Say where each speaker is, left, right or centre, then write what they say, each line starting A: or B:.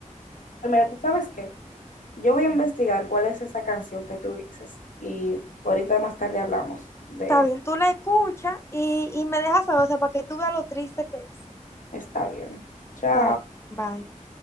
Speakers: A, on the left; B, on the left.
A: Pero mira, ¿tú sabes qué? Yo voy a investigar cuál es esa canción que tú dices. Y ahorita más tarde hablamos de
B: Está
A: eso.
B: bien, tú la escuchas y, y me dejas saber, o sea, para que tú veas lo triste que es.
A: Está bien. Chao.
B: Está bien, bye.